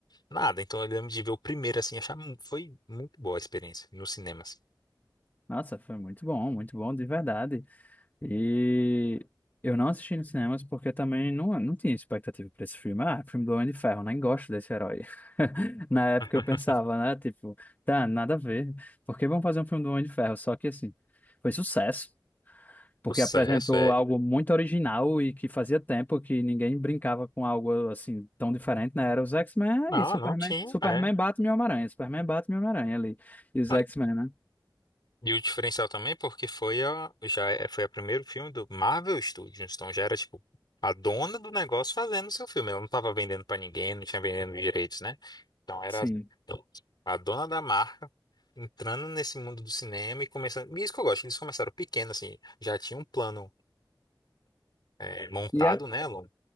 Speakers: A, on the left; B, on the left.
A: nada. Então eu lembro de ver o primeiro assim, achar mu- foi muito boa a experiência nos cinemas.
B: Nossa, foi muito bom, muito bom, de verdade. E eu não assisti nos cinemas porque também não, não tinha expectativa pra esse filme. Ah, filme do Homem de Ferro, nem gosto desse herói. <laughs> Na época
A: <laughs>
B: eu pensava, né? Tipo, tá, nada a ver. Por que vão fazer um filme do Homem de Ferro? Só que assim, foi sucesso. Porque
A: Sucesso,
B: apresentou
A: é.
B: algo muito original e que fazia tempo que ninguém brincava com algo assim tão diferente, né? Era os X-Men
A: Não,
B: e Superman.
A: não tinha,
B: Superman
A: é.
B: bate meu Homem-Aranha. Superman bate meu Homem-Aranha ali. E os
A: Ah,
B: X-Men, né?
A: E o diferencial também porque foi a já é- foi o primeiro filme do Marvel Studios, então já era tipo a dona do negócio fazendo o seu filme. Ela não tava vendendo pra ninguém, não tinha vendendo direitos, né? Então era
B: Sim.
A: a dona da marca entrando nesse mundo do cinema e começando. E isso que eu gosto, eles começaram pequeno, assim, já tinha um plano é, montado,
B: E é,
A: né, Alon?